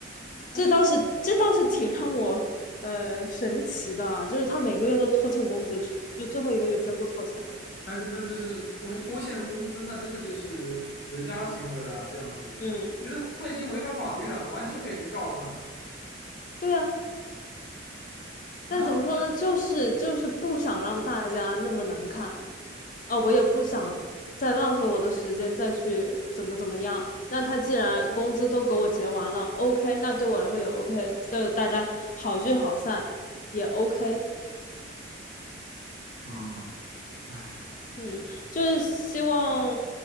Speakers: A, on the left; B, on the left.
A: 他就，
B: 这倒是这倒是挺让我呃神奇的啊，就是他每个月都拖欠工资，就最后一个月居然不拖欠了。
A: 还是这这就是拖还拖欠工资，那真的就是人渣行为了啊这样子，
B: 嗯，
A: 我觉得他已经违反法律了，完全可以去告他，
B: 对啊。
A: 哪有这
B: 但怎么说呢，就是就是不想让大家那么难看啊，我也不想再浪费我的时间再去怎么怎么样。那他既然工资都给我结完了，OK，那对我来说也 OK，就大家好聚好散也 OK。
A: 么啊？哎，
B: 嗯，就是希望，